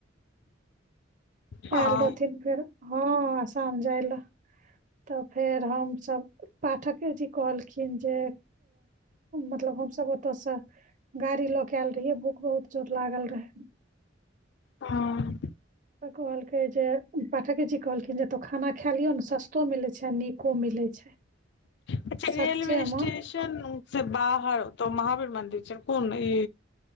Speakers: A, on the left; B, on the right.
A: हँ
B: आयल रहथिन फेर हँ असम जाय लए तऽ फेर हमसभ पाठके जी कहलखिन जे मतलब हमसभ ओतय से ड़ी लऽ के आयल रहियै भूख बहुत जोर लागल रहे
A: हँ
B: <inaudible> त कहलकै जे पाठके जी कहलखिन जे एतह खाना खा लियौ ने सस्तो मिलैत छै आ नीको मिलैत छै <inaudible>
A: जे रेलवे
B: सच्चे
A: स्टेशन
B: मे
A: से बाहर तऽ महावीर मन्दिर कोन ई